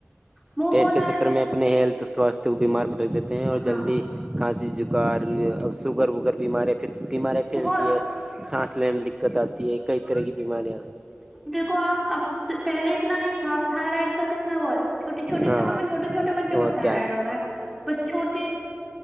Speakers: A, in the centre; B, on the right.
A: موموز
B: ٹیٹ کے
A: ہے
B: چکر میں اپنے ہیلتھ سوستھ تو بیمار پٹک دیتے ہیں اور
A: ہاں
B: جلدی کھانسی جکار سوگر وگر بیمار پھر بیماریاں پھیلتی
A: بہت
B: ہے سانس لینے میں دقت آتی ہے کئی طرح کی بیماریاں
A: کو آپ اب پہلے اتنا نہیں تھا اب تھائرائڈ کا کتنا ہوا ہے چھوٹی چھوٹی
B: ہاں
A: سی عمر میں چھوٹے چھوٹے بچوں
B: اور
A: کو تھائرائڈ
B: کیا
A: ہو رہا ہے ب چھوٹے